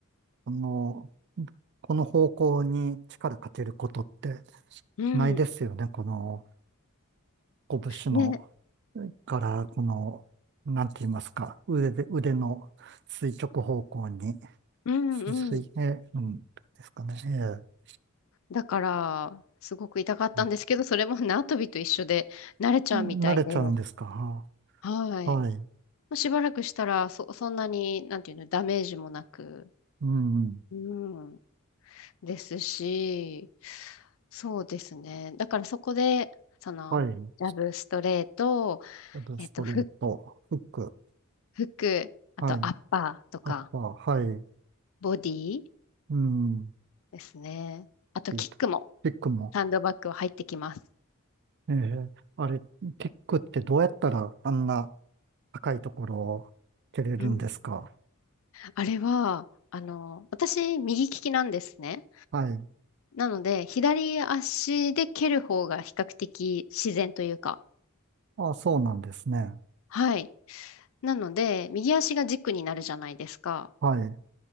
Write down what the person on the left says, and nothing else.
うん、
ね、
うん、
うん。
だから、すごく痛かったんですけど、
それも縄跳びと一緒で慣れちゃうみたいで、
はい。
しばらくしたら、そ、そんなに、なんていうの、ダメージもなく、
うん、ですし、そうですね。だからそこで、その、
ラブストレート、
えっと、ふ
服、あとアッパーとか、
ボディ
ですね。あと、
キックも、ハンドバッグは入ってきます。
うん。あれは、あの、私、右利きなんですね。
なので、左足で蹴る方が比較的自然というか、
はい。なので、右足が軸になるじゃないですか。